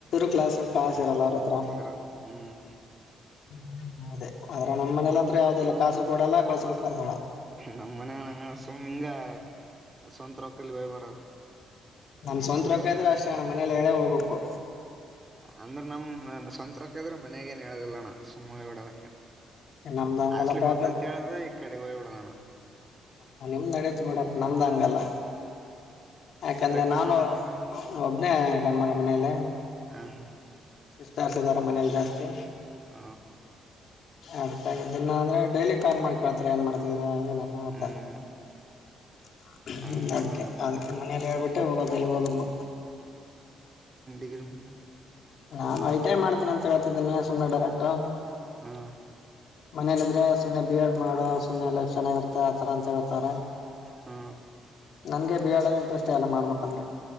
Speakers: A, on the left; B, on the right.
A: ಕ್ಲಾಸಲ್ಲ ಕಾಸಿರಲ್ಲ ಅವ್ರ ಹತ್ರ
B: ಇರಲ್ಲ ಹ್ಮ್
A: ಹ್ಮ ಅದೇ ಆದ್ರ ನಮ್ಮ ಮನಲಂತ್ರ ಯಾವ್ದ ಇಲ್ಲ ಕಾಸು ಕೊಡಲ್ಲ ಕಳ್ಸೂನು ಕಳಸಲ್ಲ
B: ನಮ್ಮ್ ಮನ ಸುಮ್ಮಿಂಗ ಸ್ವಂತ ರೊಕ್ಕಲ್ ಹೋಗಿ ಬರದು
A: ನಮ್ ಸ್ವಂತ ರೂಕ ಇದ್ರ ಅಷ್ಟೇ ಅಣ್ಣ ಮನೇಲಿ ಹೇಳೆ ಹೋಗ್ಬೇಕು
B: ಅಂದ್ರೆ ನಮ್ ಸ್ವಂತ ರೊಕ್ಕ ಇದ್ರ ಮನೆಗೇಏನ್ ಹೇಳೋದಿಲ್ಲಣ ಸುಮ್ಮ ಹೋಗಿ ಬಿಡದ ಅಕಡಿ
A: ನಮ್ದ್ ಹಂಗಲ್ಲ
B: ಹಾಸ್ಲಿಗ್
A: ಪ್ಯಾಕ
B: ಹೋತಿನಿ ಅಂತ ಹೇಳುದ ಈ ಕಡೆ ಹೋಗಬಿಡದ ಅಣ್ಣ
A: ಹ ನಿಮ್ದ್ ನಡತ ಬೀಡಪ್ ನಮ್ದ್ ಹಂಗಲ್ಲ ಯಾಕಂದ್ರೆ
B: ಸ್ಟ್ರಿಕ್ಟ್
A: ನಾನು
B: ಅಣ್ಣ ಮನ್ಯಾಗ
A: ಒಬ್ನೇ ಗಂಡ್ಮಗ ಮನೇಲ್ಲ
B: ಹ ಹಾ
A: ವಿತಸಿದಾರ ಮನೇಯಲ್ಲಿ ಜಾಸ್ತಿ
B: ಹ
A: ಅದಕ್ಕಿನ ಅಂದ್ರ ಡೈಲಿ ಕಾಲ್ ಮಾಡಿಕೇಳ್ತಾರೆ ಏನ್ ಮಾಡ್ತ
B: ಹ್ಮ್
A: ಅ ಹ
B: ಹಂಗಿಲ್ಲ
A: ಹ್ಮ್ ಅದಕ್ಕೆ
B: ನಮ್ ಮನ್ಯಾಗ.
A: ಅದ್ಕ್ಕೆ ಮನೇಯಲ್ಲಿ ಹೇಳ್ಬಿಟ್ಟೆ ಹೋಗೋದಲ್ಲಿ ಹೋದನ್ನು
B: ಹ
A: ನಾನ್ ಐಟಾಯ ಮಾಡ್ತೇನೆ ಅಂತ ಹೇಳ್ತಿದ್ದೀನಿ ಸುಮ್ಮನೆ ಡರಟ
B: ಹಾ
A: ಮನೇಲಿ ಇದ್ರೆ ಸುಮ್ಮ್ನೆ ಬಿ ಎಡ್ ಮಾಡು ಸುನೆ ಎ ಚೆನ್ನಾಗಿರುತ್ತೆ ಆತರ ಅಂತ ಹೇಳ್ತಾರೆ
B: ಹಾ
A: ನನ್ಗೆ ಬಿ ಆಡ ಇಂಟ್ರೆಸ್ಟ್ ಷ್ಟೆ ಎಲ್ಲ ಮಾಡ್ಬೇಕಂದ್ರೆ